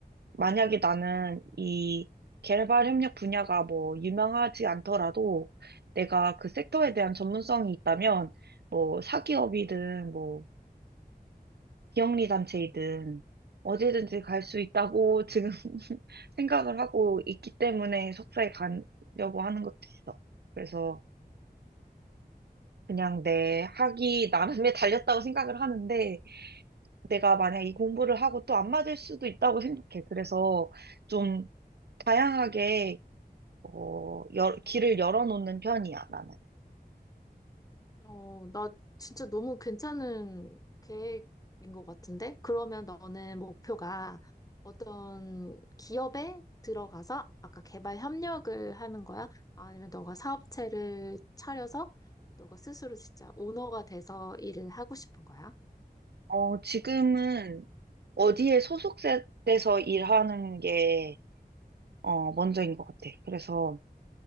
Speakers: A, on the right (about 80°); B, on the left (about 20°).
A: 만약에 나는 이 개발 협력 분야가 뭐 유명하지 않더라도 내가 그 섹터에 대한 전문성이 있다면, 뭐 사기업이든 뭐 비영리 단체이든 어디든지 갈 수 있다고 지금 <laughs> 생각을 하고 있기 때문에 석사에 가려고 하는 것도 있어. 그래서 그냥 내 학이 나름에 달렸다고 생각을 하는데 내가 만약 이 공부를 하고 또 안 맞을 수도 있다고 생각해. 그래서 좀 다양하게 어, 여- 길을 열어놓는 편이야, 나는.
B: 어, 나 진짜 너무 괜찮은 계획인 것 같은데? 그러면 너는 목표가 어떤 기업에 들어가서 아까 개발 협력을 하는 거야? 아니면 너가 사업체를 차려서 너가 스스로 진짜 오너가 돼서 일을 하고 싶은 거야?
A: 어, 지금은 어디에 소속돼서 일하는 게 어, 먼저인 것 같아. 그래서